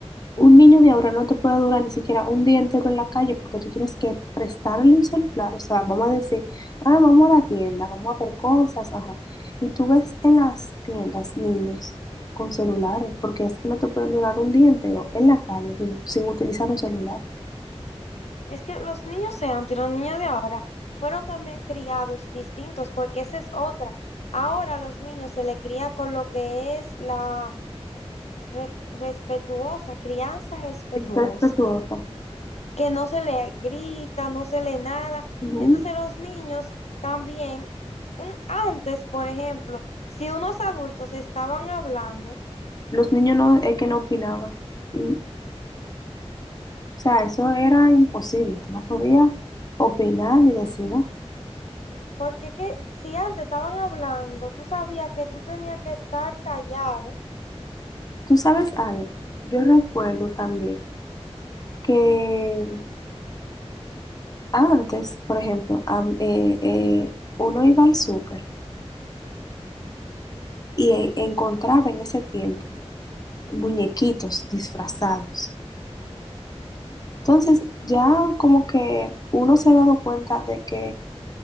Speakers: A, on the left; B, on the left.
A: Un niño de ahora no te puede durar ni siquiera un día entero en la calle porque tú tienes que prestarle un celular. O sea, vamos a decir, ah, vamos a la tienda, vamos a ver cosas, ajá. Y tú ves en las tiendas niños con celulares porque es que no te pueden durar un día entero en la calle sin, sin utilizar un celular.
B: Es que los niños de antes, los niños de ahora, fueron también criados distintos, porque esa es otra. Ahora a los niños se le cría con lo que es la re- respetuosa, crianza respetuosa,
A: Es respetuosa.
B: que no se le grita, no se le nada.
A: Ujú.
B: Entonces los niños también, un- antes, por ejemplo, si unos adultos estaban hablando,
A: Los niños no, es que no opinaban. Mm, O sea, eso era imposible. Tú no podías opinar ni decir, no.
B: porque que si antes estaban hablando, tú sabías que tú tenías que estar callado,
A: Tú sabes algo. Yo recuerdo también que Antes, por ejemplo, am- eh, eh, uno iba al súper y eh, encontraba en ese tiempo muñequitos disfrazados. Entonces, ya como que uno se ha dado cuenta de que